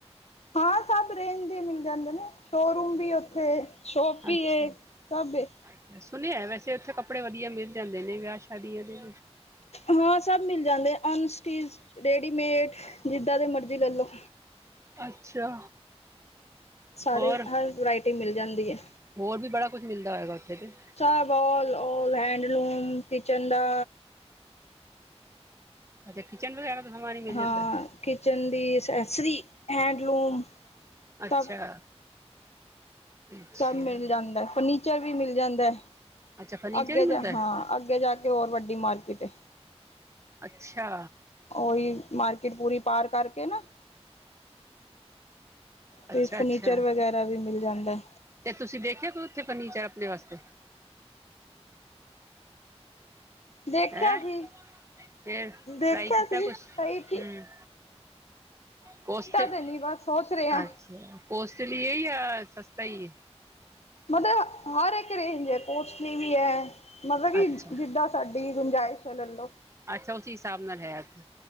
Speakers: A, on the left (about 70°); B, on the right (about 25°).
A: ਹਾਂ, ਸਬ ਰੇਂਜ ਦੇ ਮਿਲ ਜਾਂਦੇ ਨੇ, ਸ਼ੋ ਰੂਮ ਵੀ ਐ ਉੱਥੇ। ਸ਼ੋਪ ਵੀ
B: ਅੱਛਾ।
A: ਏ ਸਭ ਏ
B: ਸੁਨੇਆ ਵੈਸੇ ਉੱਥੇ, ਕੱਪੜੇ ਵਧੀਆ ਮਿਲ ਜਾਂਦੇ ਨੇ, ਵੇਆਹ ਸ਼ਾਦੀਆਂ ਦੇ।
A: ਹਾਂ, ਸਬ ਮਿਲ ਜਾਂਦੇ, ਅਨਸਟਿਚ, ਰੇਡੀਮੇਡ, ਜਿੱਦਾਂ ਦੇ ਮਰਜ਼ੀ ਲੈ ਲਓ।
B: ਅੱਛਾ।
A: ਸਾਰੇ
B: ਹੋਰ,
A: ਹਰ ਵਰਾਇਟੀ ਮਿਲ ਜਾਂਦੀ ਹੈ।
B: ਹੋਰ ਵੀ, ਬੜਾ ਕੁਛ ਮਿਲਦਾ ਹੈਗਾ ਉੱਥੇ ਤੇ।
A: ਸਬ ਔਲ, ਔਲ ਹੈਂਡਲੂਮ, ਕਿਚਨ ਦਾ।
B: ਅੱਛਾ, ਕਿਚਨ ਵਗੈਰਾ ਦਾ ਸਮਾਨ ਹੀ ਮਿਲ
A: ਹਾਂ
B: ਜਾਂਦਾ
A: ਕਿਚਨ ਦੀ ਅਸੈਸਰੀ, ਹੈਂਡਲੂਮ।
B: ਅੱਛਾ।
A: ਸਭ
B: ਅੱਛਾ
A: ਸਭ ਮਿਲ ਜਾਂਦਾ, ਫਰਨੀਚਰ ਵੀ ਮਿਲ ਜਾਂਦਾ,
B: ਅੱਛਾ ਫਰਨੀਚਰ
A: ਅੱਗੇ
B: ਹੀ ਮਿਲਦਾ
A: ਜਾ ਹਾਂ। ਅੱਗੇ ਜਾ ਕੇ ਹੋਰ ਵੱਡੀ ਮਾਰਕੀਟ ਐ।
B: ਅੱਛਾ।
A: ਉਹੀ ਮਾਰਕੀਟ ਪੂਰੀ ਪਾਰ ਕਰਕੇ ਨਾ।
B: ਅੱਛਾ
A: ਤੇ ਫਰਨੀਚਰ
B: ਅੱਛਾ
A: ਵਗੈਰਾ ਵੀ ਮਿਲ ਜਾਂਦਾ।
B: ਤੇ ਤੁਸੀਂ ਵੇਖਿਆ ਕੋ ਉੱਥੇ ਫਰਨੀਚਰ ਆਪਣੇ ਵਾਸਤੇ।
A: ਦੇਖਿਆ
B: ਹੈਂ
A: ਸੀ
B: ਫਿਰ
A: ਦੇਖਿਆ
B: ਟਰਾਈ ਕੀਤਾ
A: ਸੀ
B: ਕੁਛ
A: ਸਹੀ ਸੀ।
B: ਹਮ ਕੋਸਟ ਅੱਛਾ
A: ਤੇ ਨਹੀਂ ਬਸ ਸੋਚ ਰਹੇ ਹਾਂ
B: ਕੋਸਟਲੀ ਹੈ ਯਾ ਸਸਤਾ ਈ ਐ।
A: ਮਤਲਬ ਹਰ ਇੱਕ ਰੇਂਜ ਹੈ ਕੋਸਲੀ ਵੀ ਹੈ, ਮਤਲਬ ਕਿ
B: ਅੱਛਾ
A: ਜਿੱਦਾਂ। ਸਾਡੀ ਗੁੰਜਾਇਸ਼ ਹੈ ਲੈ ਲੋ।
B: ਅੱਛਾ ਉਸੀ ਹਿਸਾਬ ਨਾਲ ਹੈ ਉੱਥੇ।